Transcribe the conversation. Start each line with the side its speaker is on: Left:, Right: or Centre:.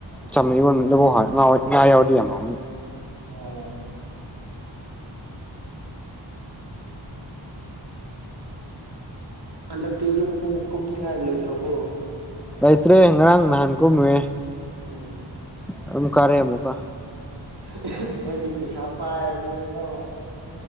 Centre: ꯆꯝꯅ ꯏꯔꯣꯜꯂꯐꯧ ꯍꯥꯎꯋꯦ ꯉꯥꯍꯣꯏ ꯉꯥ ꯌꯥꯎꯔꯗꯤ ꯌꯥꯝ ꯍꯥꯎꯅꯤ
Right: ꯑꯣ- ꯍꯟꯗꯛꯇꯤ ꯌꯨꯝ ꯀꯨꯝ ꯀꯨꯝꯅꯤꯡꯉꯥꯏ ꯂꯩꯇ꯭ꯔꯕꯣ
Centre: ꯂꯩꯇ꯭ꯔꯦ ꯉꯔꯥꯡ ꯅꯍꯥꯟ ꯀꯨꯝꯃꯨꯏꯌꯦ
Right: ꯎꯝ
Centre: ꯑꯗꯨꯝ ꯀꯥꯔꯛꯑꯦ ꯑꯃꯨꯀ
Right: ꯍ ꯑꯍꯤꯛ ꯅꯣꯏꯗꯤ ꯄꯩꯁꯥ ꯄꯥꯏꯔꯕꯅꯤꯅ ꯀꯣ ꯑꯁ